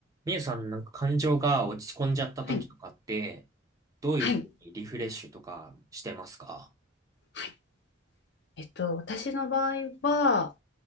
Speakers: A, on the right; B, on the left.
A: みゆさん、なんか感情が落ち込んじゃった時とかって、
B: はい、
A: どういうふうにリフレッシュとかしてますか
B: はい、はい。えっと、私の場合は、